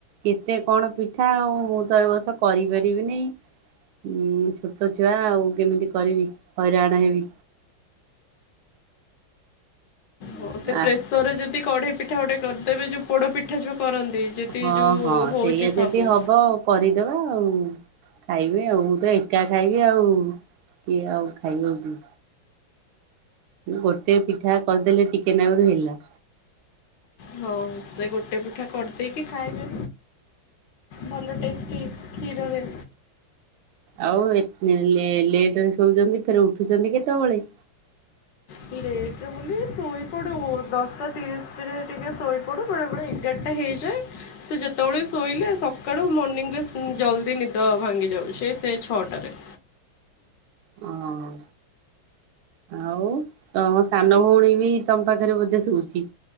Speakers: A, on the right; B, on the left.
A: କେତେ କଣ ପିଠା ଆଉ। ମୁଁ ତ ଏ ବର୍ଷ କରିପାରିବିନି। ଉଁ, ଛୋଟ ଛୁଆ ଆଉ କେମିତି କରିବି। ହଇରାଣ ହେବି।
B: ହଁ ସେ
A: ଆ
B: ପ୍ରେସର ରେ ଯଦି କଢ଼େଇ ପିଠା ଗୋଟେ କରିଦେବେ, ଯୋଉ ପୋଡ଼ପିଠା ଯୋଉ କରନ୍ତି, ଯେତିକି
A: ହଁ
B: ଯଉ
A: ହଁ
B: ହଉଚି
A: ସେଇଆ
B: ସବୁ।
A: ଯଦି ହବ କରିଦବା ଆଉ। ଖାଇବେ ଆଉ। ମୁଁ ତ ଏକା ଖାଇବି ଆଉ, କିଏ ଆଉ ଖାଇବ କି। ଗୋଟିଏ ପିଠା କରିଦେଲେ ଟିକେ ନାକୁରୁ ହେଲା।
B: ହଁ। ସେ ଗୋଟେ ପିଠା କରିଦେଇକି ଖାଇବେ। ଭଲ ଟେଷ୍ଟି କ୍ଷୀରରେ।
A: ଆଉ ଏତ୍ ଲେ ଲେଟ୍ ରେ ଶୋଉଛନ୍ତି ଫେର୍ ଉଠୁଛନ୍ତି କେତେବେଳେ?
B: ଲେଟ୍ ରେ ବୋଲି ଶୋଇପଡୁ ଦଶଟା ତିରିଶିରେ ଟିକେ ଶୋଇପଡୁ ବେଳେ ବେଳେ ଏଗାରଟା ହେଇଯାଏ। ସେ ଯେତେବେଳେ ଶୋଇଲେ ସକାଳୁ ମର୍ଣିିଂରେ ଜଲ୍ଦି ନିଦ ଭାଙ୍ଗି ଯାଉଛି ସେ ସେଇ ଛଅଟାରେ।
A: ଅ ହଁ। ଆଉ ତମ ସାନ ଭଉଣୀ ବି ତମ ପାଖରେ ବୋଧେ ଶୁଉଛି?